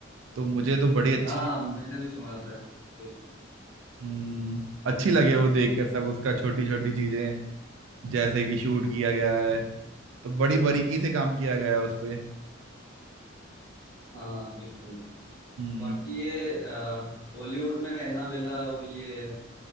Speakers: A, on the right; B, on the left.
A: तो मुझे तो बड़ी अच्छी
B: हाँ मैंने भी सुना था ऐसा वही
A: हम्म, अच्छी लगे वो देखकर सब उसका छोटी छोटी चीजें जैसे कि शूट किया गया है तो बड़ी बारीकी से काम किया गया है उस पे
B: हाँ बिल्कुल
A: हम्म
B: बाकी ये बॉलीवुड में एनाबेला और ये